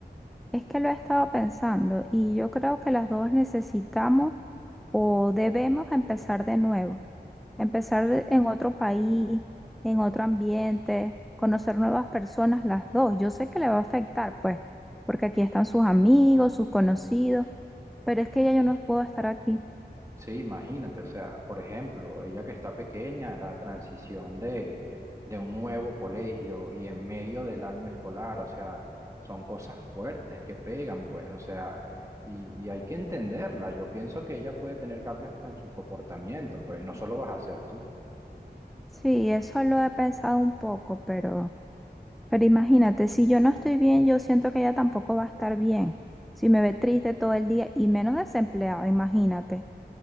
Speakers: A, in the centre; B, on the right.
A: Es que lo he estado pensando y yo creo que las dos necesitamos o debemos empezar de nuevo, empezar en otro país, en otro ambiente, conocer nuevas personas las dos. Yo sé que le va a afectar, pues, porque aquí están sus amigos, sus conocidos, pero es que ya yo no puedo estar aquí.
B: Sí, imagínate, o sea, por ejemplo, ella que está pequeña, la transición de, de un nuevo colegio y en medio del año escolar, o sea, son cosas fuertes que pegan, pues, o sea, y, y hay que entenderla. Yo pienso que ella puede tener cambios hasta en su comportamiento, pues, no solo vas a ser tú.
A: Sí, eso lo he pensado un poco, pero, pero imagínate, si yo no estoy bien, yo siento que ella tampoco va a estar bien. Si me ve triste todo el día y menos desempleada, imagínate.